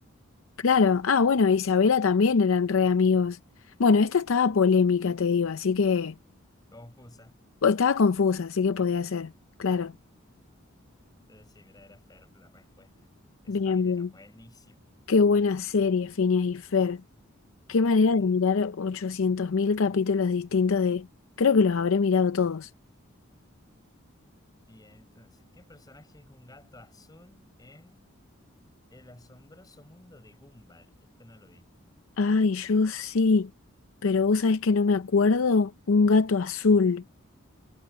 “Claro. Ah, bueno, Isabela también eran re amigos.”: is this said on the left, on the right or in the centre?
Left